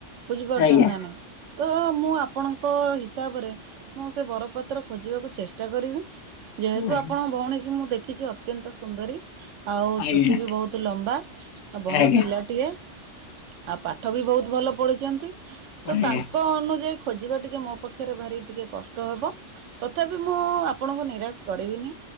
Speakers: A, on the right; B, on the left.
A: ବୁଝିପାରୁଛନ୍ତି
B: ଆଜ୍ଞା
A: ନା ନାଇଁ ତ ମୁଁ ଆପଣଙ୍କ ହିସାବରେ ମୁଁ ସେ ବରଫପାତ୍ର ଖୋଜିବାକୁ ଚେଷ୍ଟା କରିବି ଯେହେତୁ
B: ଆଜ୍ଞା
A: ଆପଣଙ୍କ ଭଉଣୀ କି ମୁଁ ଦେଖିଛି ଅତ୍ୟନ୍ତ ସୁନ୍ଦରୀ ଆଉ
B: ଆଜ୍ଞା
A: ଚୁଟି ବି ବହୁତ ଲମ୍ବା ଆଉ ଭଲ
B: ଆଜ୍ଞା
A: ପିଲାଟିଏ। ଆଉ ପାଠ ବି ବହୁତ ଭଲ ପଢିଛନ୍ତି
B: ଆଜ୍ଞା
A: ତ ତାଙ୍କ ଅନୁଯାୟୀ ଖୋଜିବା ଟିକେ ମୋ ପାଖରେ ଭାରି ଟିକେ କଷ୍ଟ ହବ ତଥାପି ମୁଁ ଆପଣଙ୍କୁ ନିରାଶ କରିବିନି